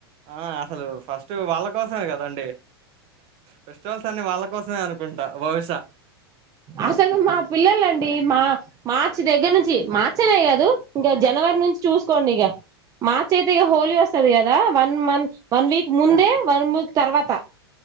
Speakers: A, on the right; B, on the right.
A: ఆ అసలు ఫస్ట్ వాళ్ళ కోసమే కదండి ఫ ల్సన్ని వాళ్ళ కోసమే అనుకుంట బహుశా
B: అసలు మా పిల్లలండి మా మార్చి దగ్గర నుంచి మార్చనే కాదు ఇంగ జనవరి నుంచి చూస్కొండి ఇక మా తే హోలీ ఒస్తది గదా వన్ మంత్ వన్ వీక్ ముందే వన్ ముూ తర్వాత